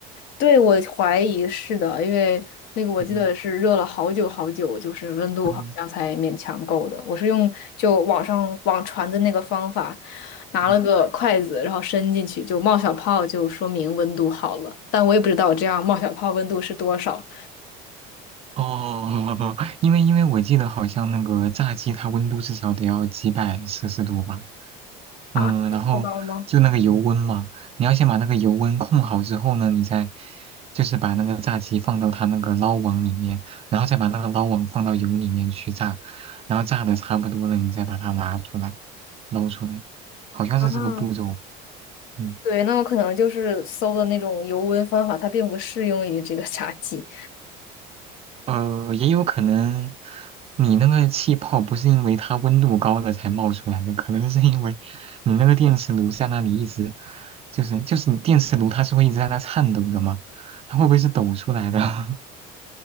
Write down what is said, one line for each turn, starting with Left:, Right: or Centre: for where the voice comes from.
Left: 对，我怀疑是的，因为那个我记得是热了好久好久，
Right: 嗯
Left: 就是温度好像才勉强够的。
Right: 嗯，
Left: 我是用就网上网传的那个方法，拿了个筷子，
Right: 嗯
Left: 然后伸进去就冒小泡，就说明温度好了。但我也不知道我这样冒小泡温度是多少
Right: 哦，<laughs> 因为因为我记得好像那个炸鸡它温度至少得要几百摄氏度吧，
Left: 啊？
Right: 嗯，
Left: 这么高吗？
Right: 然后就那个油温嘛，你要先把那个油温控好之后呢，你再就是把那个炸鸡放到它那个捞网里面，然后再把那个捞网放到油里面去炸，然后炸的差不多了，你再把它拿出来捞出来，好像是这个步骤，
Left: 啊，
Right: 嗯
Left: 对，那我可能就是搜的那种油温方法，它并不适用于这个炸鸡。
Right: 呃，也有可能你那个气泡不是因为它温度高了才冒出来的，可能是因为你那个电磁炉在那里一直，就是就是你电磁炉它是会一直在那颤抖的嘛，它会不会是抖出来的？<laughs>